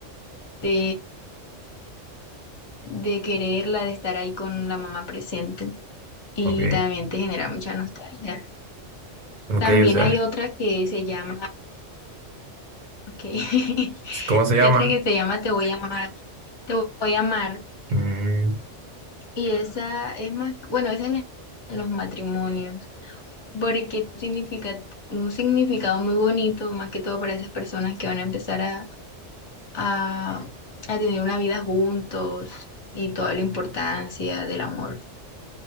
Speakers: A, on the left; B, on the right.
A: de de quererla, de estar ahí con la mamá presente y
B: Ok,
A: también te genera mucha nostalgia.
B: ok,
A: También
B: o sea,
A: hay otra que se llama, ok, <laughs>
B: ¿cómo se llama?
A: hay otra que se llama Te voy a amar, Te voy a amar
B: Mm,
A: y esa es más, bueno, esa es la- en los matrimonios, porque significa un significado muy bonito, más que todo para esas personas que van a empezar a, a, a tener una vida juntos y toda la importancia del amor.